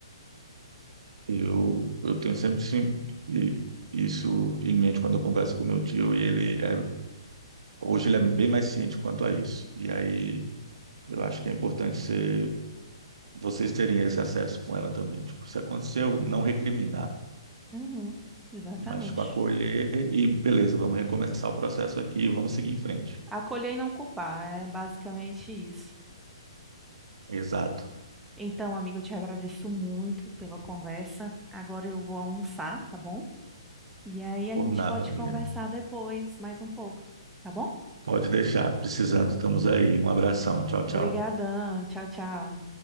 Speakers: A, on the right; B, in the centre.
A: Eu, eu tenho sempre sim, e- isso em mente quando eu converso com meu tio, e ele é, hoje ele é bem mais ciente quanto a isso. E aí eu acho que é importante ser, vocês terem esse acesso com ela também. Tipo, se aconteceu, não recriminar,
B: Uhum, exatamente.
A: mas tipo, acolher e beleza, vamos recomeçar o processo aqui, e vamos seguir em frente.
B: Acolher e não culpar, é basicamente isso.
A: Exato,
B: Então, amigo, eu te agradeço muito pela conversa. Agora eu vou almoçar, tá bom? E aí a
A: por
B: gente
A: nada,
B: pode
A: amiga.
B: conversar depois mais um pouco, tá bom?
A: Pode deixar, precisando, estamos aí. Um abração, tchau, tchau.
B: Obrigadão, tchau, tchau.